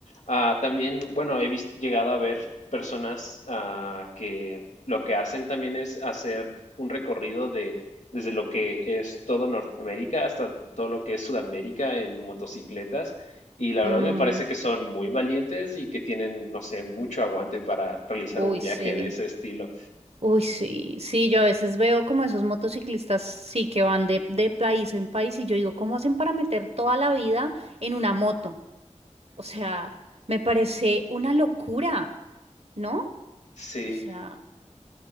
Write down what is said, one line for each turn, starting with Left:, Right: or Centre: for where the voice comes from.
Left: Ah, también, bueno, he vis- llegado a ver personas ah, que lo que hacen también es hacer un recorrido de desde lo que es todo Norteamérica hasta todo lo que es Sudamérica en motocicletas. Y la
Right: Mm,
Left: verdad me parece que son muy valientes y que tienen, no sé, mucho aguante para realizar
Right: uy,
Left: un viaje
Right: sí.
Left: de ese estilo.
Right: Uy, sí. Sí, yo a veces veo como esos motociclistas, sí, que van de, de país en país y yo digo, ¿cómo hacen para meter toda la vida en una moto? O sea, me parece una locura, ¿no?
Left: Sí.
Right: O sea,